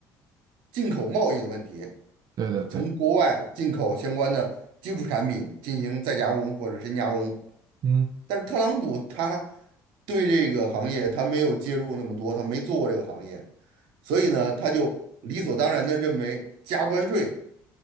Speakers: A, on the right; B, on the right.
A: 进口贸易的问题，
B: 对的对的，
A: 从国外进口相关的基础产品进行再加工或者深加工。
B: 嗯
A: 但是特朗普他对这个行业他没有介入那么多，他没做过这个行业。所以呢，他就理所当然的认为加关税